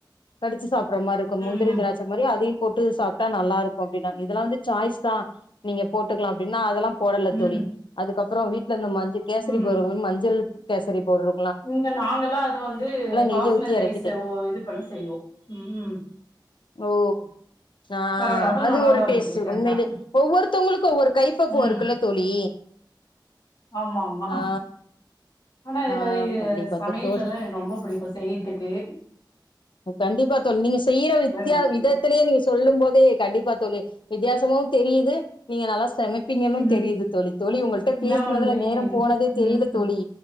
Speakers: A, on the left; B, on the left.
A: கடிச்சு சாப்பற மாரி இருக்கு
B: ம்
A: முந்திரி
B: ம்
A: திராட் ச்ச மாரி அதையு போட்டு சாப்ட்டா நல்லாருக்கு அப்டின்னா இதெல்லா வந்து சாய்ஸ் தா நீங்க போட்டுக்கலா அப்டின்னா அதெல்லா போடல்ல
B: ம்
A: தோழி அதுக்கப்றோ வீட்லருந்த மஞ் கேசரி
B: ம்
A: பவுரு மஞ்சள் கேசரி பவுடுரு
B: இங்க நாங்கல்லா அது வந்து
A: நெய்ய
B: பாஸ்மதி
A: ஊத்தி
B: ரைஸ்
A: எறக்கிட்டே
B: ஒ இது பண்ணி செய்வோ ம்
A: ஓ ஆ
B: பரவால்ல அதுவு
A: அது
B: நல்லாதா
A: ஒரு
B: இருக்கு
A: டேஸ்டு
B: டிஃப்ரெண்டா
A: உண்மைலேயே ஒவ்வொருத்தவங்களுக்கு ஒவ்வொரு கைப்பக்குவோ
B: ம்
A: இருக்குல்ல தோழி
B: ஆமா ஆமா
A: ஆ
B: ஆனா இதுல
A: ஆ
B: இ
A: கண்டிப்பா
B: சமையல்
A: தோழி
B: எல்லா எனக் ரொம்ப புடிக்கு செய்யிற்துக்கு
A: கண்டிப்பா தோழி நீங்க செய்யிற வித்யா
B: ரொம்ப பிடிக்கு
A: விதத்துலேயே நீங்க சொல்லும்போதே கண்டிப்பா தோழி வித்யாசமாவு தெரியிது நீங்க நல்லா சமைப்பீங்கன்னு
B: ம்
A: தெரியிது தோழி தோழி உங்கள்ட
B: என்ன
A: பேசுனதுல
B: ஒண்ணு
A: நேரோ போனதே தெரில
B: ம்
A: தோழி